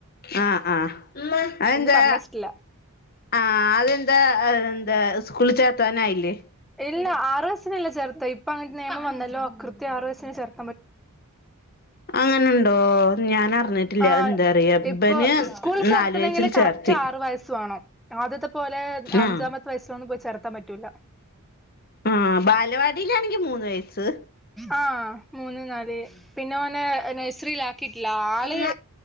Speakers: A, on the left; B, in the centre.
A: ആഹ് ആഹ് അതെന്താ
B: പറഞ്ഞയച്ചിട്ടില്ല
A: ആഹ് അതെന്താ എന്താ സ്കൂൾ ചേർത്താനയില്ലേ
B: ഇല്ല ആറ് വയസിലല്ലെ ചേർത്ത ഇപ്പൊ അങ്ങന നിയമം വന്നല്ലോ കൃത്യം ആറ് വയസന് ചേർത്ത
A: അങ്ങനുണ്ടോ ഞാൻ അറിഞ്ഞിട്ടില്ല
B: ആഹ്
A: എന്താ അറിയാ
B: ഇപ്പൊ
A: ഇബന്
B: സ്കൂൾ ചേർത്തണെങ്കില്
A: നാല് വയസ്സിൽ
B: കറക്റ്റ്
A: ചേർത്തി
B: ആറു വയസ്സു വേണം ആദ്യത്തെ പോലെ അഞ്ചാമത്തെ
A: ആഹ്
B: വയസ്സിലൊന്നും പോയി ചേർത്താൻ പറ്റൂല
A: ആഹ് ബാലവാടിയിലാണെങ്കിൽ മൂന്ന് വയസ്സ്
B: ആഹ് മൂന്ന നാല് പിന്നെ ഓനെ നഴ്സറിൽാക്കിട്ടില്ല ആള്
A: ഉം